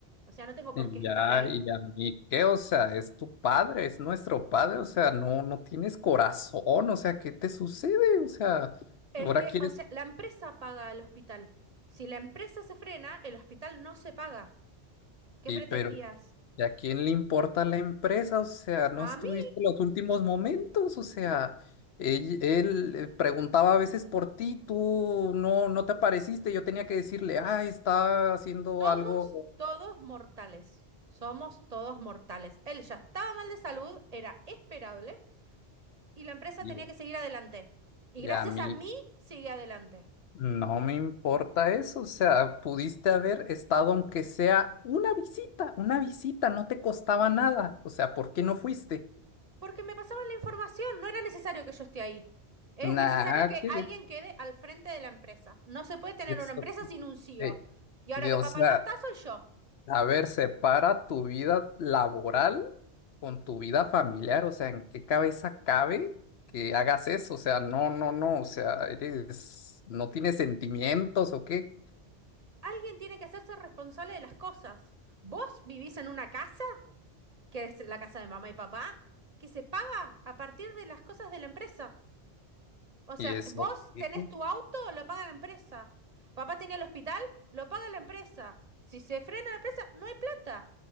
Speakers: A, on the right; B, on the left.
A: O sea, no tengo por
B: Y
A: qué estar
B: Ya,
A: ahí.
B: y a mí, ¿qué? O sea, es tu padre, es nuestro padre, o sea, no, no tienes corazón, o sea, ¿qué te sucede? O sea,
A: El
B: ahora
A: que,
B: quieres,
A: o sea, la empresa paga el hospital. Si la empresa se frena, el hospital no se paga. ¿Qué
B: y
A: pretendías?
B: pero ¿y a quién le importa la empresa? O sea, no
A: A
B: estuviste
A: mí
B: en los últimos momentos, o sea, él, él, eh, preguntaba a veces por ti, tú no, no te apareciste, yo tenía que decirle, ah, está haciendo
A: somos
B: algo,
A: todos mortales. Somos todos mortales. Él ya estaba mal de salud, era esperable, y la empresa
B: y,
A: tenía que seguir adelante. Y
B: y
A: gracias
B: a mí.
A: a mí, sigue adelante.
B: No me importa eso, o sea, pudiste haber estado aunque sea una visita, una visita, no te costaba nada, o sea, ¿por qué no fuiste?
A: Porque me pasaban la información, no era necesario que yo esté ahí. Es
B: Nah,
A: necesario que
B: que
A: alguien quede al frente de la empresa. No se puede tener
B: eso,
A: una empresa sin un CEO.
B: eh,
A: Y ahora
B: de-
A: que
B: o
A: papá
B: sea,
A: no está, soy yo.
B: a ver, separa tu vida laboral con tu vida familiar, o sea, ¿en qué cabeza cabe que hagas eso? O sea, no, no, no, o sea, eres, no tienes sentimientos o qué,
A: Alguien tiene que hacerse responsable de las cosas. Vos vivís en una casa, que es la casa de mamá y papá, que se paga a partir de las cosas de la empresa. O sea,
B: y eso,
A: vos
B: ¿qué?
A: tenés tu auto, lo paga la empresa. Papá tenía el hospital, lo paga la empresa. Si se frena la empresa, no hay plata.